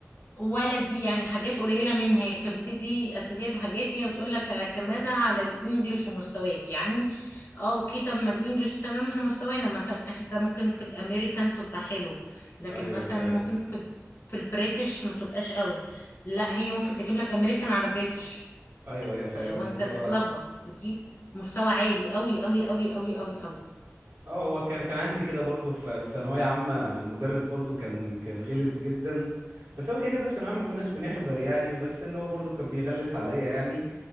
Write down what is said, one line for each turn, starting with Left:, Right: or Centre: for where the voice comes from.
Left: ولا دي يعني حاجات قليله منها هي كانت بتدي اساسيات وحاجات هي بتقول لك اعتمادها على الانجليش ومستواك يعني اه اوكي طب ما الانجليش تمام احنا مستوانا مثلا انت ممكن في الامريكان تبقى حلو لكن
Right: ايوه
Left: مثلا
Right: ايوه فاهم
Left: ممكن في في البريتش ما تبقاش قوي لا هي ممكن تجيب لك امريكان على بريتش
Right: ايوه ايوه فاهم
Left: فاللي هو
Right: بس
Left: انت
Right: هو
Left: تتلخبط بتجيب مستوى عالي قوي قوي قوي قوي قوي قوي
Right: اه هو كان كان عندي كده برضو في في ثانوية عامة مدرس برضو كان كان غلس جدا بس هو كده كده في ثانوية عامة ما كناش بنحضر يعني بس اللي هو برضو كان بيغلس عليا يعني